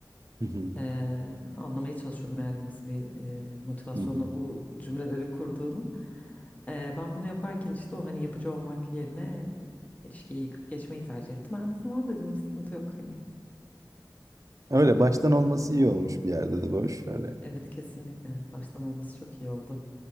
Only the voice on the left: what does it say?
eee, anlamaya çalışıyordum yani nasıl bir eee, motivasyonla
bu cümleleri kurduğunu. Eee, ben bunu yaparken işte o hani yapıcı olmak yerine ilişkiyi yıkıp geçmeyi tercih ettim. Ben de tamam dedim hiç sıkıntı yok hani.
Evet kesinlikle baştan olması çok iyi oldu.